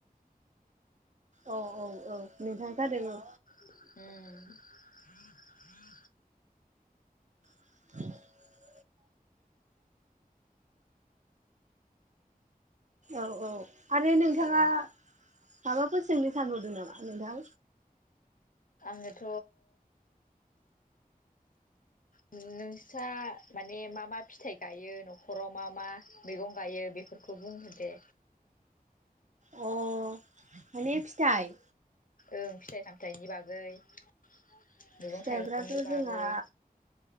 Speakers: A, on the right; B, on the left.
A: औ औ औ नोंथां जादों औ
B: ह
A: <inaudible> औ औ आरो नोंथाङा
B: औ
A: माबाफोर सोंनो सानबावदों नामा नोंथां
B: आंनोथ नोंस्रा माने मा मा फिथाइ गायो नखराव मा मा मैगं गायो बे फोरफोरखौ बुंहोदो
A: अ माने फिथाइ
B: ओं फिथाइ सामथाइनि बागै मैगं
A: फिथाइफ्राथ'
B: थाइगंनि
A: जोंहा
B: बागै